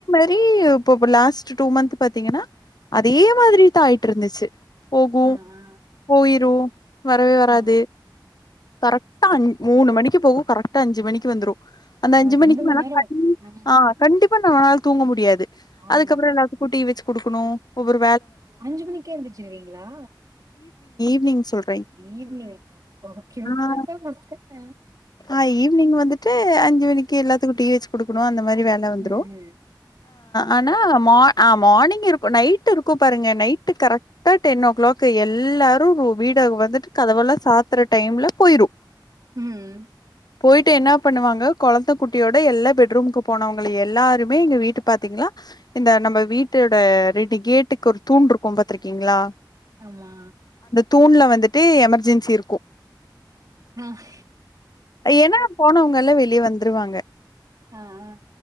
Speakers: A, on the left; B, on the right.
A: ஏ இப்ப லாஸ்ட் டூ மந்த் பாத்தீங்கன்னா அதே மாதிரி தான் ஆயிட்டிருந்துச்சு போகு
B: ஆ ஆ
A: போயிட் ப்ரோ வரவே வராது
B: ஆ
A: கரெக்டா அஞ் மூணு மணிக்கு போகும் கரெக்டா அஞ்சு மணிக்கு வந்துடும் அந்த அஞ்சு
B: ஆ
A: மணிக்கு
B: ரெண்டு மண்
A: மேல்
B: நேரோ
A: கண்ட்
B: ம்
A: ஆஹ் கண்டிப் இப்ப நான் தூங்க முடியாது
B: ஆமா
A: அதுக்கப்புறம் எல்லாருக்கும் டீ வச்சு குடுக்கணும் ஒவ்வெரு
B: அஞ்சு மணிக்கே எந்திருச்சிருவீங்களா
A: நீங்க சொர்
B: ஈவினிங் ஓகே ஓகே
A: ஆ
B: அதான் பஸ்ட் டைம்மு
A: ஆ ஈவி்னி்ங் வந்துட்டு அஞ்சு மணிக்கு எல்லாத்துக்கும் டீ வச்சு குடுக்குணும் அந்த இந்த மாதிரி வேல வந்துரும்
B: ம் ம்
A: ஆனா மார்னிங் இருக்கும் நைட் இருக்கும் பாருங்க நைட்டு கரெக்டா டென் ஓ கிளாக் எல்லாரும் வீட் இவங்க வந்துட்டு கதவல்லாம் சாத்தற டைம்ல போயிரும்
B: உம்
A: போயிட்டு என்ன பண்ணுவாங்க குழந்தை குட்டியோட எல்லா பெட்ரூம்கு போனவங்கள எல்லாருமே எங்க வீட்டு பாாரத்தீங்களா இந்த நம்ம வீட்டோட ரெண்டு கேட்டுக்கு ஒரு தூண் இருக்கும் பாத்திருக்கீங்களா
B: ஆமா
A: தூண்ல வந்துட்டு எமெர்ஜென்சி இருக்கும்
B: ஆஹ்
A: என்ன போனவங்க வெளியே வந்துருவாங்க
B: ஆஹ்ஹ்